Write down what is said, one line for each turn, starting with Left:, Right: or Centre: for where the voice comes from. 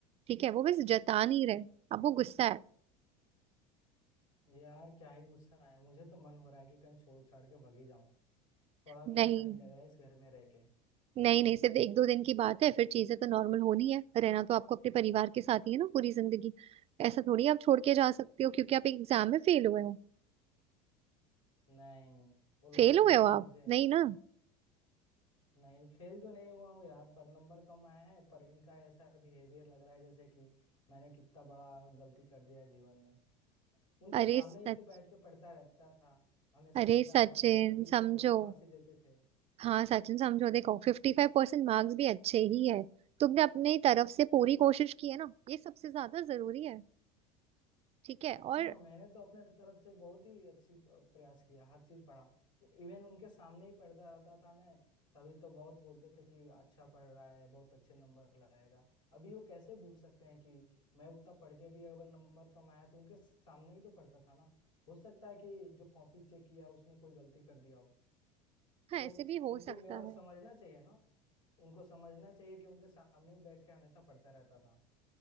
Right: ठीक है वो बस जता नहीं रहे अब वो गुस्सा है
Left: यार क्या ही गुस्सा है मुझे तो मन हो रहा है कि कहीं छोड़ छाड़ के भागी जाऊं थोड़ा भी
Right: नहीं
Left: अच्छा नहीं लग रहा है इस घर में रह के
Right: नहीं नहीं सिर्फ एक दो दिन की बात है फिर चीजें तो नॉर्मल होनी है रहना तो आपको अपने परिवार के साथ ही है ना पूरी जिंदगी ऐसा थोड़ी आप छोड़ के जा सकते हो क्योंकि आप एक एग्जाम में फेल हुए हो
Left: नहीं वो लोग
Right: फेल
Left: कोई
Right: हुए हो आप
Left: मुझे
Right: नहीं ना
Left: नहीं फेल तो नहीं हुआ हूँ यार पर नंबर कम आए हैं पर इनका ऐसा बिहेवियर लग रहा है जैसे कि मैंने कितना बड़ा गलती कर दिया है जीवन में उनके
Right: अरे
Left: सामने
Right: सच
Left: ही तो बैठ के पढ़ता रहता था हमेशा
Right: अरे
Left: पढ़ता
Right: सचिन
Left: रहता था तभी तो
Right: समझो
Left: बहुत शाबाशी देते थे
Right: हाँ सचिन समझो देखो फिफ्टी फाइव परसेंट मार्क्स भी अच्छे ही है तुमने अपनी तरफ से पूरी कोशिश की है ना ये सबसे ज्यादा जरूरी है ठीक है और
Left: हाँ मैंने तो अपने तरफ से बहुत ही अच्छी अ, प्रयास किया हर चीज पढ़ा इवन उनके सामने ही पढ़ता रहता था मैं तभी तो बहुत बोलते थे कि अच्छा पढ़ रहा है बहुत अच्छे नंबर लाएगा अभी वो कैसे भूल सकते हैं कि मैं उतना पढ़ के भी अगर नंबर कम आया तो उनके सामने ही तो पढ़ता था ना हो सकता है कि जो कॉपी चेक किया उसने कोई गलती कर दिया हो
Right: हाँ
Left: तो
Right: ऐसे भी हो
Left: उनको
Right: सकता
Left: मेरा
Right: है
Left: समझना चाहिए ना उनको समझना चाहिए कि उनके सामने ही बैठ के हमेशा पढ़ता रहता था